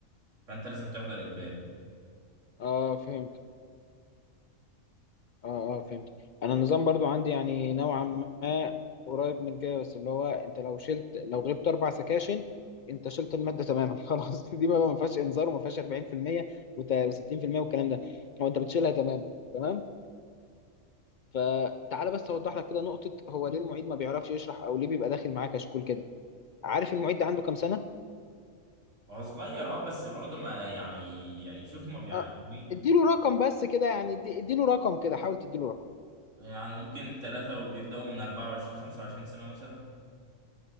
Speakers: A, on the right; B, on the left.
A: فانت لازم تحضر اجباري
B: اه فهمت اه اه فهمت انا النظام برضو عندي يعني نوعا ما قريب من كده بس اللي هو انت لو شلت لو غبت اربع سكاشن انت شلت الماده تماما <laughs> خلاص دي بقى ما فيهاش انذار وما فيهاش 40% و60% والكلام ده هو انت بتشيلها تمام تمام فتعالى بس اوضح لك كده نقطه هو ليه المعيد ما بيعرفش يشرح او ليه بيبقى داخل معاه كشكول كده عارف المعيد ده عنده كام سنه
A: هو صغير اه بس برضه ما يعني يشوف ما بيعين
B: آه،
A: مين
B: اديله رقم بس كده يعني ادي- اديله رقم كده حاول تديله رقم
A: يعني ممكن ثلاثة وبيبدأوا من 24 25 سنة مثلا